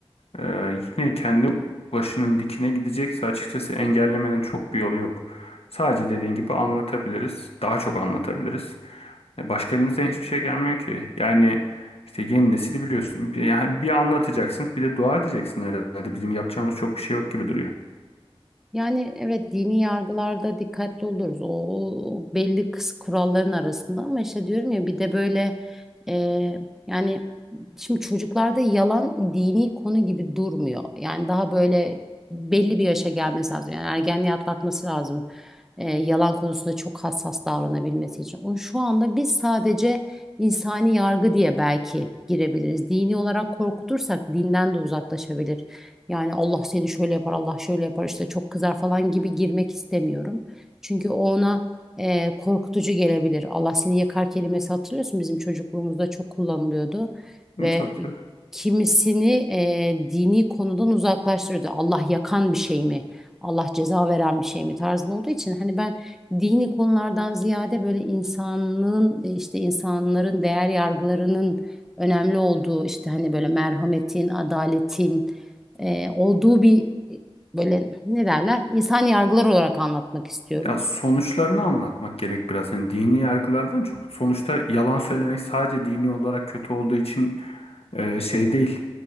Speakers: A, on the left; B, in the centre.
A: Ee, yine kendi başının dikine gidecekse açıkçası engellemenin çok bir yolu yok. Sadece dediğin gibi anlatabiliriz. Daha çok anlatabiliriz. E, Başka elimizden hiçbir şey gelmiyor ki. Yani işte yeni nesili biliyorsun. Bir- Yani bir anlatacaksın, bir de dua edeceksin herhalde. Bizim yapacağımız çok bir şey yok gibi duruyor.
B: Yani evet dini yargılarda dikkatli oluruz. O, o belli kıs kuralların arasında ama işte diyorum ya bir de böyle e, yani şimdi çocuklarda yalan dini konu gibi durmuyor. Yani daha böyle belli bir yaşa gelmesi lazım. Yani ergenliği atlatması lazım. E, yalan konusunda çok hassas davranabilmesi için. Onu şu anda biz sadece insani yargı diye belki girebiliriz. Dini olarak korkutursak dinden de uzaklaşabilir. Yani Allah seni şöyle yapar, Allah şöyle yapar işte çok kızar falan gibi girmek istemiyorum. Çünkü o ona e, korkutucu gelebilir. Allah seni yakar kelimesi hatırlıyorsun bizim çocukluğumuzda çok kullanılıyordu
A: Hı,
B: ve
A: Tabii tabii.
B: kimisini e, dini konudan uzaklaştırıyordu. Allah yakan bir şey mi? Allah ceza veren bir şey mi tarzında olduğu için hani ben dini konulardan ziyade böyle insanlığın e, işte insanların değer yargılarının önemli olduğu işte hani böyle merhametin, adaletin e, olduğu bir e, böyle ne derler insan yargılar olarak anlatmak istiyorum.
A: Ya sonuçlarını anlatmak gerek biraz. Hani dini yargılardan çok sonuçta yalan söylemek sadece dini olarak kötü olduğu için e, şey değil.